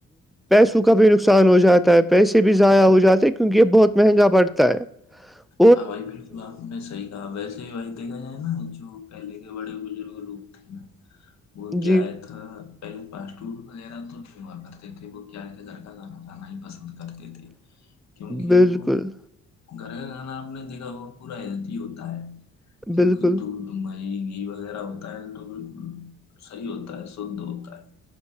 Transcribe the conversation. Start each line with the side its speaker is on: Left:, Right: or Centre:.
Centre: پیسوں کا بھی نقصان ہو جاتا ہے پیسے بھی ضائع ہو جاتے کیونکہ یہ بہت مہنگا پڑتا ہے ہاں
Left: ہاں بھائی بالکل آپ نے صحی ویسے ہی وہی دیکھا جائے نا جو پہلے کے بڑے بزرگ لوگ تھے نا وہ کیا
Centre: جی
Left: ہے تھا پہلے پاسٹور وغیرہ تو نہیں ہوا کرتے تھے وہ گار کے گھر کا گانا کانا ہی پسند کرتے تھے
Centre: <inaudible>
Left: کیونکہ
Centre: بالکل
Left: وہ گھر کا کھانا آپ نے دیکھا وہ پورا ہیلی ہوتا ہے
Centre: بالکل
Left: ک یہ وغیرہ ہوتا ہے تو بالکل صحیح ہوتا ہے سھ ہوتا ہے